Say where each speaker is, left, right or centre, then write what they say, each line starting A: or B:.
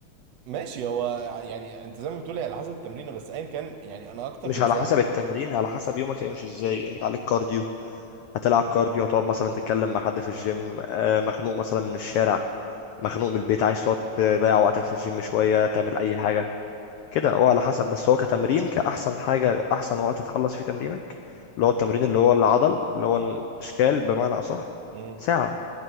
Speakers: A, on the right; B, on the left.
A: ماشي هو يعني انت زي ما بتقول هي على حسب التمرينه بس ايا كان يعني انا اكتر
B: مش
A: من
B: على
A: ساعه
B: حسب التمرين على حسب يومك هيمشي ازاي انت عليك كارديو هتلعب كارديو هتقعد مثلا تتكلم مع حد في الجيم آه، مخنوق مثلا من الشارع مخنوق من البيت عايز تقعد تضيع وقتك في الجيم شوية تعمل أي حاجة كده هو على حسب بس هو كتمرين كأحسن حاجة أحسن وقت تخلص فيه تمرينك اللي هو التمرين اللي هو العضل اللي هو
A: امم
B: الأشكال بمعنى أصح
A: امم
B: ساعة